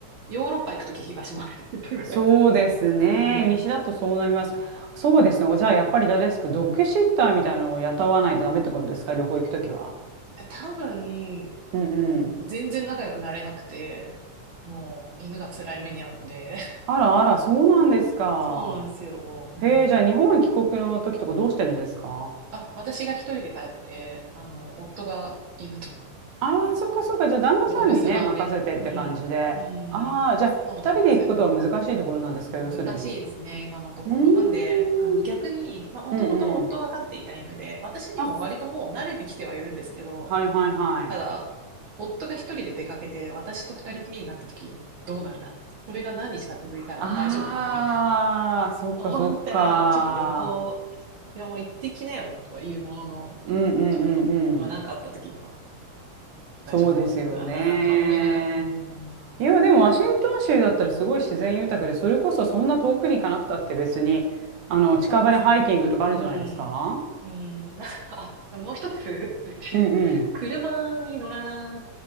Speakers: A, on the right (about 45°); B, on the right (about 75°).
A: ヨーロッパ行くとき東まで行ったぐらい。
B: そうですね。
A: ね。
B: 西だとそうなります。そうですね。
A: うん。
B: お、じゃあ、やっぱり誰ですかドッグシッターみたいなのを雇わないとダメってことですか旅行行くときは。
A: 多分、うん
B: うんうん。
A: 全然仲良くなれなくて、もう犬が辛い目に遭うんで。
B: あらあら、そうなんですか。
A: <laughs> そうなんですよ。うん。
B: へえ、じゃあ、日本帰国の時とかどうしてるんですか
A: あ、私が一人で帰って、あの、夫が犬と
B: ああ、そっかそっか。じゃあ、旦那さんにね、
A: お留守番で。
B: 任せてって感じで。
A: うん。うん。
B: ああ、じゃあ、
A: そうなんですよ。
B: 二人で行くことは難しいところなんですか要するに。
A: 難しいですね、
B: う
A: 今のところ。
B: ーん。
A: なんで、あの、逆に、まあ、もともと夫が飼っていた犬で、
B: うんうん。
A: 私にも割ともう慣れてきてはいるんですけど、
B: あ、はいはいはい。
A: ただ、夫が一人で出かけて、私と二人きりになった時にどうなるかな。それが何日か続いたら大丈夫かな、
B: ああ、
A: みたいな。
B: そっかそっか。
A: 思ったら、ちょっと旅行、いや、もう行ってきなよ、とは言うものの、
B: うんうんうんうん。
A: ちょっと、まあ、なんかあった時には大丈夫かな、
B: そうですよね。
A: 不安だな、とは思いながら、うーん。
B: いや、でもワシントン州だったらすごい自然豊かで、それこそそんな遠くに行かなくたって別に、あの、近場でハイキングとかあるんじゃないですか
A: そうですね。うん。うん。なんかあ、もう一つ、<laughs> うち、
B: うんうん。
A: 車に乗らな